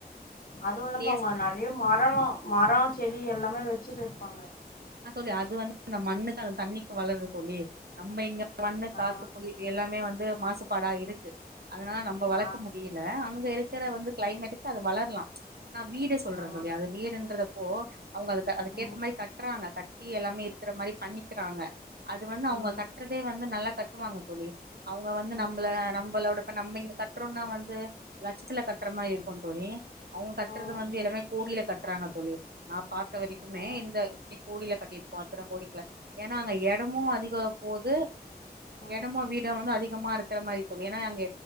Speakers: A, on the left (about 60°); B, on the right (about 75°).
A: அதுவும் இல்லாம
B: பிளேஸ்
A: அவங்க நெறைய மரலாம் மரம் செடி அப்படி எல்லாமே வச்சிட்டு இருப்பாங்க
B: ஆஹ தோழி அது வந்து அந்த மண்ணுக்கு தண்ணிக்கு வளறது சொல்லி நம்ம இங்க மண்ணு காத்து
A: ஆ
B: புளுதி இது எல்லாமே வந் அது மாசுபாடா இருக்கு அதனால நம்ம வளக்க
A: ஆ
B: முடியில அங்க இரு க்குர வந்து கிளைமேட்டுக்கு அது வளர்லாம் நான் வீட சொல்றேன்
A: ஆ
B: தோழி வீடுன்றத ஓ அவங்க அதுக் அதுக்கேத்த
A: ம்
B: மாதிரி கட் தட்டி எல்லாமே இருக்கிற மாரி பண்ணிக்கிறாங்க அது வந்து
A: ம்
B: அவங்க கட்டுறதே வந்து நல்லா கட்டுவாங்க தோழி அவங்க வந்து
A: ம்
B: நம்பள நம்பளோட இப்ப நம்ம இங்க கட்டுறோம்னா வந்து லச்சத்துல கட்டுற மாரி இருக்கும் தோழி அவங்க கட்டுறது
A: ம்
B: வந்து எல்லாமே கோகில கட்றாங்க தோழி நான் பாத்த வரைக்குமே
A: ஓ
B: இந்த கோடில கட்டிருப்போம் அத்தன கோடிகள ஏன்னா அங்க எடமும் அதிக போது
A: ம்
B: எடமோ வீட வந்து அதிகமா இருக்கு இருக்கிற மாரி தோழி ஏன்னா அங்க